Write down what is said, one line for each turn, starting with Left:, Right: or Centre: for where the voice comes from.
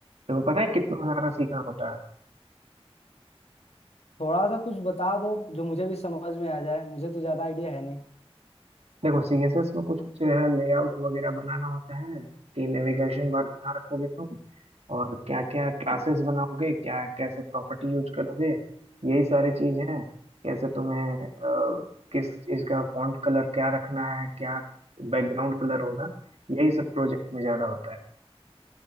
Right: तुम्हें पता है कितना सारा सीखना होता है
Left: थोड़ा सा कुछ बता दो जो मुझे भी समझ में आ जाए मुझे तो ज़्यादा आइडिया है नहीं
Right: देखो सीएसएस में कुछ कुछ है लेआउट वगैरह बनाना होता है कि नेविगेशन बार कहाँ रखोगे तुम और क्या क्या क्लासेस बनाओगे क्या कैसे प्रॉपर्टी यूज करोगे यही सारी चीज है कैसे तुम्हें अ, किस चीज का फॉन्ट कलर क्या रखना है क्या बैकग्राउंड कलर होगा यही सब प्रोजेक्ट में ज्यादा होता है